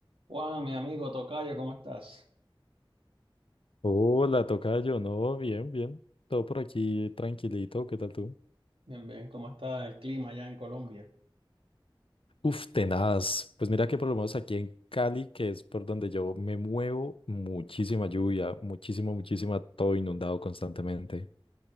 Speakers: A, on the right; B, on the left.
A: Juan, mi amigo Tocayo, ¿cómo estás?
B: Hola, tocayo, no, bien, bien. Todo por aquí tranquilito, ¿qué tal tú?
A: Bien, bien, ¿cómo está el clima allá en Colombia?
B: Uf, tenaz. Pues mira que por lo menos aquí en Cali, que es por donde yo me muevo, muchísima lluvia, muchísima, muchísima, todo inundado constantemente.